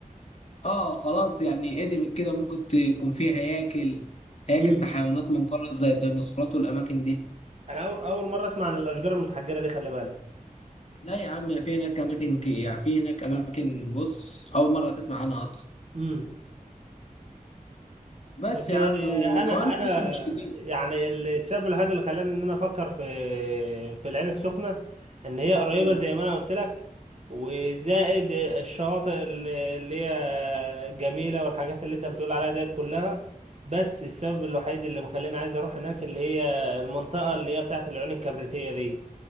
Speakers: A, on the left; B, on the right.
A: اه خلاص يعني هدمت كده وممكن تكون فيه هياكل هياكل
B: امم
A: بتاع حيوانات منقرض زي الديناصورات والاماكن دي
B: أنا أول أول مرة أسمع عن الأشجار المتحجرة دي خلي بالك
A: لا يا عم في هناك اماكن ك- يعني في هناك اماكن بص اول مره تسمع عنها اصلا
B: امم
A: بس
B: طب
A: يا عم
B: آه،
A: وكمان
B: انا
A: فلوسها
B: انا
A: مش كتير
B: يعني السبب الوحيد اللي خلاني ان انا افكر في في العين السخنه ان هي قريبه
A: مم.
B: زي ما انا قلت لك وزائد الشواطئ اللي اللي هي جميله والحاجات اللي انت بتقول عليها ديت كلها بس السبب الوحيد اللي مخليني عايز اروح هناك اللي هي المنطقه اللي هي بتاعه العيون الكبريتيه دي